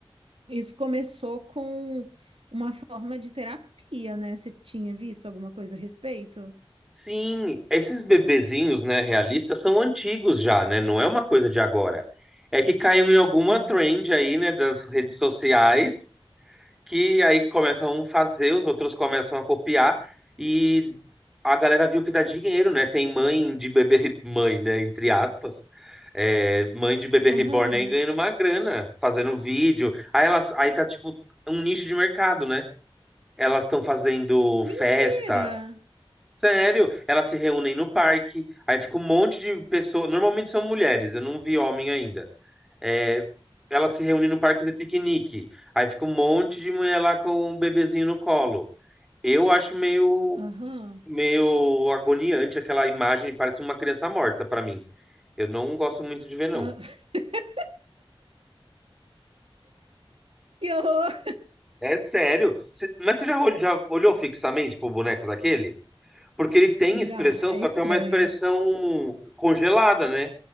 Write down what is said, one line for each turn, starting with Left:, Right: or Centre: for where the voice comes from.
Right: isso começou com uma forma de terapia, né? Você tinha visto alguma coisa a respeito?
Centre: Sim, esses bebezinhos, né, realistas, são antigos já, né? Não é uma coisa de agora. É que caiu em alguma
Right: Sim.
Centre: trend aí, né, das redes sociais. que aí começam a um fazer, os outros começam a copiar e a galera viu que dá dinheiro, né? Tem mãe de bebê, re- mãe, né? Entre aspas. é, mãe de bebê
Right: Aham.
Centre: reborn aí ganhando uma grana, fazendo vídeo. Aí elas, aí tá tipo um nicho de mercado, né? Elas estão fazendo
Right: Mentira!
Centre: festas. Sério, elas se reúnem no parque, aí fica um monte de pessoas. Normalmente são mulheres, eu não vi homem ainda. É, ela se reúne no parque fazer piquenique. Aí fica um monte de mulher lá com um bebezinho no colo. Eu acho meio,
Right: Aham.
Centre: meio agoniante aquela imagem, parece uma criança morta pra mim. Eu não gosto muito de ver, não.
Right: Ah, <laughs> que horror!
Centre: É, é sério. Cê- mas você já, ol- já olhou fixamente pro boneco daquele? Porque ele tem
Right: Já,
Centre: expressão,
Right: é
Centre: só
Right: estranho.
Centre: que é uma expressão congelada, né?